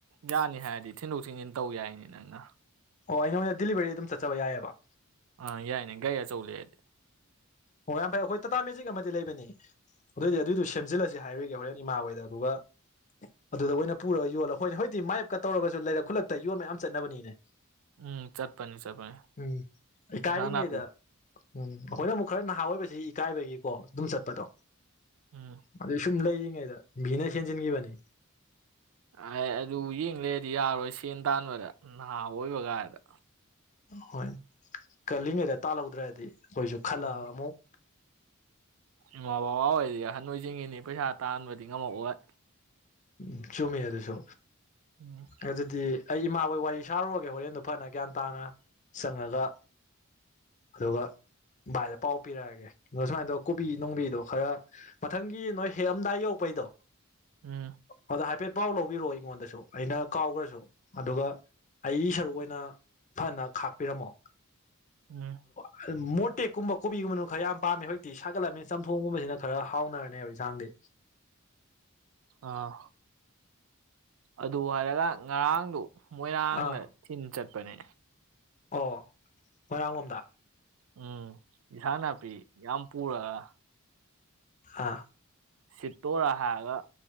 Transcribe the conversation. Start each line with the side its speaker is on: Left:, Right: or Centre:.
Right: ꯌꯥꯅꯤ ꯍꯥꯏꯔꯗꯤ ꯊꯤꯟꯗꯣꯛ ꯊꯤꯟꯖꯤꯟ ꯇꯧ ꯌꯥꯏꯅꯤ ꯅꯪꯅ
Left: ꯑꯣ ꯑꯩ ꯅꯉꯣꯟꯗ ꯗꯤꯜꯂꯤꯕꯦꯔꯤ ꯑꯗꯨꯝ ꯆꯠꯆꯕ ꯌꯥꯏꯑꯦꯕ
Right: ꯑ ꯌꯥꯏꯅꯦ <unintelligible> ꯆꯧ ꯂꯩꯔꯗꯤ
Left: ꯑꯣ ꯌꯥꯝ ꯐꯩ ꯑꯩꯈꯣꯏ ꯇꯥꯇꯥ ꯃꯦꯖꯤꯛ ꯑꯃꯗꯤ ꯂꯩꯕꯅꯤ ꯑꯗꯨꯑꯣꯏꯗꯤ ꯑꯗꯨꯏꯗꯨꯣ ꯁꯦꯝꯖꯤꯜꯂꯁꯤ ꯍꯥꯏꯔꯒꯦ ꯍꯣꯔꯦꯟ ꯏꯃꯥ ꯍꯣꯏꯗ ꯑꯗꯨꯒ ꯑꯗꯨꯗ ꯑꯣꯏꯅ ꯄꯨꯔꯒ ꯌꯣꯜꯂꯒ ꯑꯩꯈꯣꯏꯅ ꯍꯖꯤꯛꯇꯤ ꯃꯥꯥꯏꯞꯀ ꯇꯧꯔꯒꯁꯨ ꯂꯩꯔꯛ ꯈꯨꯜꯂꯛꯇ ꯌꯣꯟꯕ ꯃꯌꯥꯝ ꯆꯠꯅꯕꯅꯤꯅꯦ
Right: ꯎꯝ ꯆꯠꯄꯅꯤ ꯆꯠꯄꯅꯤ
Left: ꯎꯝ ꯏꯀꯥꯏꯔꯤꯉꯩꯗ
Right: ꯏꯟꯖꯥꯡ ꯅꯥꯄꯤ
Left: ꯎꯝ ꯑꯩꯈꯣꯏꯅ ꯑꯃꯨꯛ ꯈꯔ ꯅꯍꯥ ꯑꯣꯏꯕꯁꯤ ꯏꯀꯥꯏꯕꯒꯤꯀꯣ ꯑꯗꯨꯝ ꯆꯠꯄꯗꯣ꯫
Right: ꯎꯝ
Left: ꯑꯗꯨ ꯁꯨꯝ ꯂꯩꯔꯤ ꯃꯤꯅ ꯍꯦꯟꯖꯤꯟꯒꯤꯕꯅꯤ
Right: ꯑꯦ ꯑꯗꯨ ꯌꯦꯡꯂꯩꯔꯗꯤ ꯌꯥꯔꯣꯏ ꯁꯦꯟ ꯇꯥꯟꯕꯗ ꯅꯍꯥ ꯑꯣꯏꯕ ꯀꯥꯏꯗ
Left: ꯍꯣꯏ ꯀꯜꯂꯤꯉꯩꯗ ꯇꯥꯜꯍꯧꯗ꯭ꯔꯗꯤ ꯑꯩꯈꯣꯏꯁꯨ ꯈꯜꯂꯛꯑ
Right: ꯎꯝ
Left: ꯑꯃꯨꯛ
Right: ꯏꯃꯥ ꯕꯕꯥ ꯑꯣꯏꯔꯗꯤ ꯑꯍꯟ ꯑꯣꯏꯖꯤꯡꯉꯤꯅꯤ ꯄꯩꯁꯥ ꯇꯥꯟꯕꯗꯤ ꯉꯝꯃꯛꯑꯣꯏ꯫
Left: ꯎꯝ ꯆꯨꯝꯃꯤ ꯑꯗꯨꯁꯨ
Right: ꯎꯝ
Left: ꯑꯗꯨꯗꯤ ꯑꯩ ꯏꯃꯥꯈꯣꯏ ꯋꯥꯔꯤ ꯁꯥꯔꯨꯔꯒꯦ ꯍꯣꯔꯦꯟꯗꯨꯣ ꯐꯅ ꯒ꯭ꯌꯥꯟ ꯇꯥꯅ ꯆꯪꯉꯒ ꯑꯗꯨꯒ ꯚꯥꯏꯗ ꯄꯥꯎ ꯄꯤꯔꯛꯑꯒꯦ ꯑ ꯁꯨꯃꯥꯏꯅ ꯇꯧ ꯀꯣꯕꯤ ꯅꯨꯡꯕꯤꯗꯣ ꯈꯔ ꯃꯊꯪꯒꯤ ꯅꯣꯏ ꯍꯦꯛꯑꯝꯗꯥꯏ ꯌꯧꯔꯛꯄꯩꯗꯣ
Right: ꯎꯝ
Left: ꯑꯗ ꯍꯥꯏꯐꯦꯠ ꯄꯥꯎ ꯂꯧꯕꯤꯔꯛꯑꯣ ꯑꯩꯉꯣꯟꯗꯁꯨ ꯑꯩꯅ ꯀꯥꯎꯈ꯭ꯔꯁꯨ ꯑꯗꯨꯒ ꯑꯩ ꯁꯔꯨꯛ ꯑꯣꯏꯅ ꯐꯅ ꯈꯥꯛꯄꯤꯔꯝꯃꯣ
Right: ꯎꯝ
Left: <inaudible> ꯃꯣꯔꯇꯦꯛꯀꯨꯝꯕ ꯀꯣꯕꯤꯒꯨꯝꯕꯅ ꯈꯔ ꯌꯥꯝ ꯄꯥꯝꯃꯦ ꯍꯧꯖꯤꯛꯇꯤ ꯁꯥꯒꯠꯂꯕꯃꯤꯅꯤꯅ ꯆꯝꯊꯣꯡꯒꯨꯝꯕꯁꯤꯅ ꯈꯔ ꯍꯥꯎꯅꯔꯅꯦꯕ ꯌꯦꯟꯁꯥꯡꯗꯤ
Right: ꯑꯥ ꯑꯗꯨ ꯍꯥꯏꯔꯒ ꯉꯔꯥꯡꯗꯨ ꯃꯣꯏꯔꯥꯡꯗ
Left: ꯑꯥ
Right: ꯊꯤꯟ ꯆꯠ ꯃꯅꯦ
Left: ꯑꯣ ꯃꯣꯏꯔꯥꯡ ꯂꯣꯝꯗ
Right: ꯎꯝ ꯏꯁꯥꯡꯅꯄꯤ ꯌꯥꯝ ꯄꯨꯔꯒ
Left: ꯍꯥ
Right: ꯁꯤꯠꯇꯣꯔ ꯍꯥꯏꯔꯒ